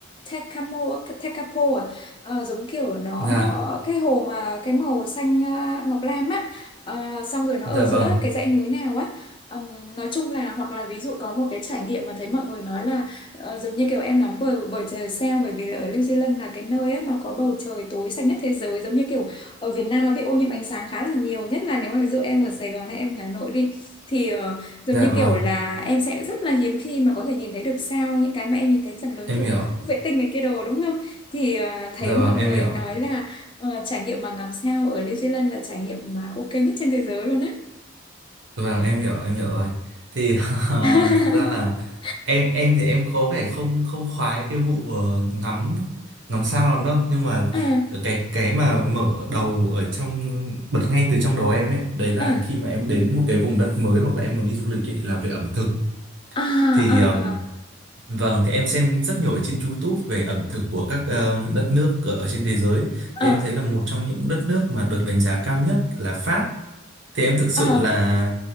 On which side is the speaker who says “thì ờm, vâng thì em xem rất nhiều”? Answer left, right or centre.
Right